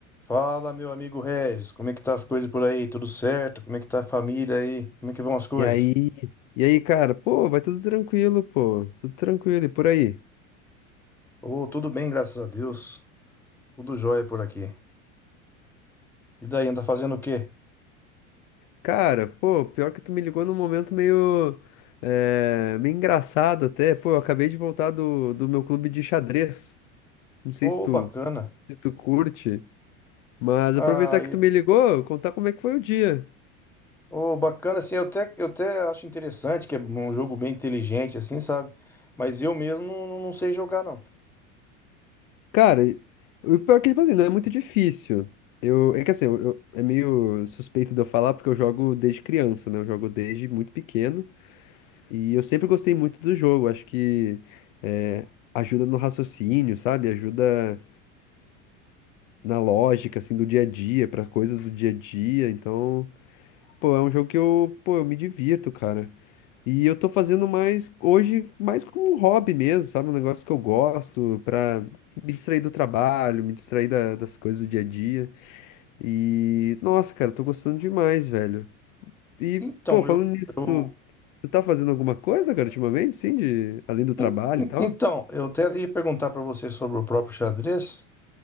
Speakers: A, in the centre; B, on the left.
A: Fala, meu amigo Regis, como é que tá as coisas por aí? Tudo certo? Como é que tá a família aí? Como é que vão as coisas?
B: E aí, e aí, cara, pô, vai tudo tranquilo, pô, tudo tranquilo, e por aí?
A: Ô, tudo bem, graças a Deus. Tudo jóia por aqui. E daí, anda fazendo o quê?
B: Cara, pô, pior que tu me ligou num momento meio, eh, meio engraçado até, pô, eu acabei de voltar do, do meu clube de xadrez, não sei
A: Ô,
B: se tu,
A: bacana.
B: se tu curte, mas
A: Ah,
B: aproveitar
A: e-
B: que tu me ligou, contar como é que foi o dia.
A: ô, bacana, assim, eu até, eu até acho interessante que é um jogo bem inteligente, assim, sabe? Mas eu mesmo não, não sei jogar, não.
B: Cara, e- o pior é que, tipo assim, não é muito difícil, eu, é que assim, eu, eu- é meio suspeito de eu falar porque eu jogo desde criança, né, eu jogo desde muito pequeno, E eu sempre gostei muito do jogo, acho que eh, ajuda no raciocínio, sabe? Ajuda na lógica, assim, do dia a dia, para coisas do dia a dia. Então, pô, é um jogo que eu, pô, eu me divirto, cara. E eu tô fazendo mais, hoje, mais como um hobby mesmo, sabe? Um negócio que eu gosto, pra me distrair do trabalho, me distrair da- das coisas do dia a dia. E, nossa, cara, tô gostando demais, velho. E,
A: Então,
B: pô, falando
A: eu,
B: nisso,
A: eu,
B: tu, tu tá fazendo alguma coisa, cara, ultimamente, sim, de, além do trabalho
A: en- en-
B: e tal?
A: então, eu até ia perguntar pra você sobre o próprio xadrez.